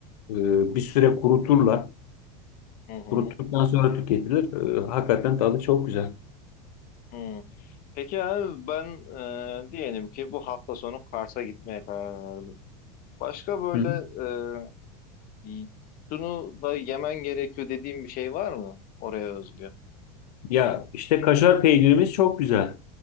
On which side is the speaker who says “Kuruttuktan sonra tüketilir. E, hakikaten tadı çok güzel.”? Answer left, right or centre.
Left